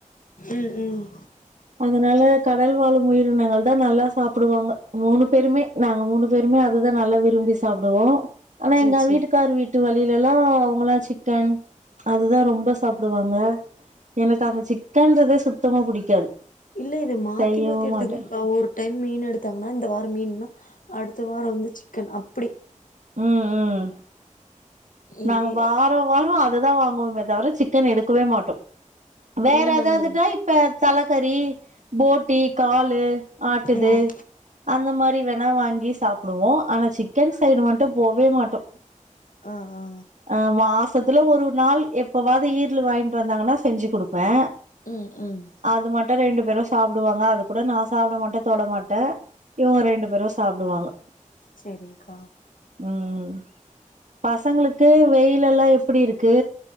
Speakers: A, on the left (about 80°); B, on the right (about 65°).
A: ம் ம்
B: அதுனால கடல் வாழ் உயிரினங்கள் தா நல்லா சாப்புடுவாங்க மூனு பேருமே நாங்க மூனு பேருமே அதுதா நல்லா விரும்பி சாப்டுவோ ஆனா
A: சேரி
B: எங்க
A: சேரி
B: வீட்டுக்காரு வீட்டு வழியிலெல்லா மலா சிக்கன் அதுதா ரொம்ப சாப்டுவாங்க எனக்கு அந்த சிக்கன்றதே சுத்தமா புடிக்காது
A: இல்ல இது மாத்தி
B: செய்யவு
A: மாத்தி எடுத்துக்கோங்க்கா
B: மாட்டே
A: ஒரு டைம் மீன் எடுத்தாங்கன்னா இந்த வாரொ மீன்னா அடுத்த வாரொ வந்து சிக்கன் அப்புடி
B: ம் ம் நாங்க
A: இது
B: வாரொ வாரொ அதுதா வாங்குவோ தவர சிக்கன் எடுக்கவே மாட்டோ வேற
A: இல்ல நாங்க
B: ஏதாவதுட்டா இப்ப தலக்கறி போட்டி காலு ஆட்டு இது
A: ம்
B: அந்த மாரி வேனா வாங்கி சாப்டுவோ ஆனா சிக்கன் சைடு மட்டு மட்டு போவே மாட்டு
A: ஆ ஆ
B: அ மாசத்துல ஒரு நாள் எப்பவாவது ஈரலு வாங்கிட்டு வந்தாங்கன்னா செஞ்சு கொடுப்பே
A: ம்ம் ம்ம்
B: அது மட்டு ரெண்டு பேரு சாப்பிடுவாங்க அது கூட நா சாப்ட மாட்டே தொட மாட்டே இவங்க ரெண்டு பேரு சாப்பிடுவாங்க
A: சேரிங்கா
B: ம் பசங்களுக்கு வெயில எல்லா எப்டி இருக்கு